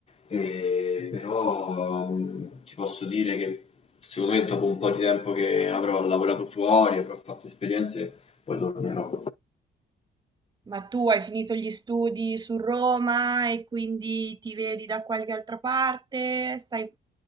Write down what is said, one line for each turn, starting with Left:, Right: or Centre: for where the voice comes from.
Left: eh, però mh, ti posso dire che secondo me dopo un po' di tempo che avrò lavorato fuori, avrò fatto esperienze, poi tornerò.
Right: Ma tu hai finito gli studi su Roma e quindi ti vedi da qualche altra parte? Stai...